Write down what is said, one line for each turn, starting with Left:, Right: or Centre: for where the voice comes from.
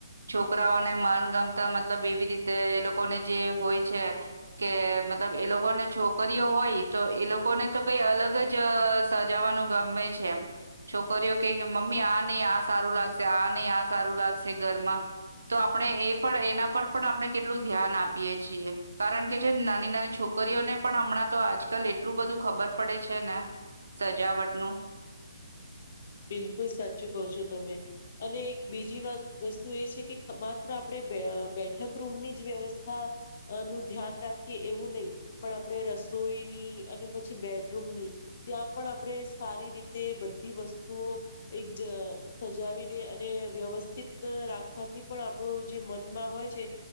Right: છોકરાઓને મણગમ તા મતલબ એવી રીતે એ લોકોને જે હોય છે કે મતલબ એ લોકોને છોકરીઓ હોય તો એ લોકોને તો કઈ અલગ જ અહ સજાવાનું ગમે છે એમ. છોકરીઓ કે મમ્મી આ નહી આ સારું લાગશે આ નહી આ સારું લાગશે ઘરમાં તો આપણે એ પણ એના પર પણ આપણે કેટલું ધ્યાન આપીએ છીએ. કારણ કે જે નાની નાની છોકરીઓને પણ હમણાં ના તો આજકાલ એટલું બધું ખબર પડે છે ને સજાવટનું
Left: બિલકુલ સાચું કહો છો તમે. અને એક બીજી વાત વસ્તુ એ છે કે માત્ર આપડે અહ બેઠક રૂમની જ વ્યવસ્થા અહ નું ધ્યાન રાખીએ એવું નહીં પણ આપડે રસ રસોઈની અને પછી બેડરૂમ ની ત્યાં પણ આપડે સારી રીતે બધી વસ તો એક જ સજાવીને અને વ્યવસ્થિત રાખવાથી પણ આપડું જે મનમાં હોય હોય છે